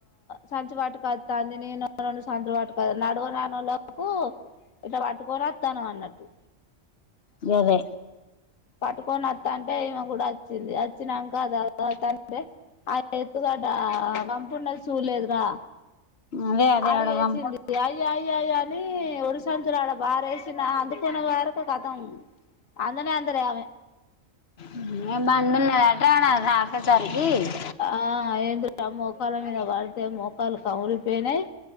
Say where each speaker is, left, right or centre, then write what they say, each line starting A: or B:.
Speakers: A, on the left; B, on the left.
A: సంచి పట్టుకొత్తంది నేను రెండు సంచులు పట్టుకో నడవ రానోళ్లు కు ఇట్లా పట్టుకోని ఒత్తనము అన్నట్టు
B: గాదే
A: పట్టుకొని వత్తంటే ఈమె కూడా వచ్చింది వచ్చినంక దబ్బ దబ్బ వత్తాంటే ఆడ ఎత్తుగడ్డ ఆడ పంపున్నది చూడలేదు రా
B: అదే అదే
A: అడుగు
B: ఆడ
A: వేసింది
B: పంప
A: అయ్యా అయ్యా అయ్యో అయ్యో అని ఒడి సంచులు ఆడ పారేసింది అందుకునే వరకు కథం అందనే అందలే ఆమె
B: ఉహు ఎం బందు ఉన్నదట <unintelligible>
A: ఆ ఏంది రా మోకాళ్ళ మీద పడితే మోకాళ్లు కమిలిపోయినయ్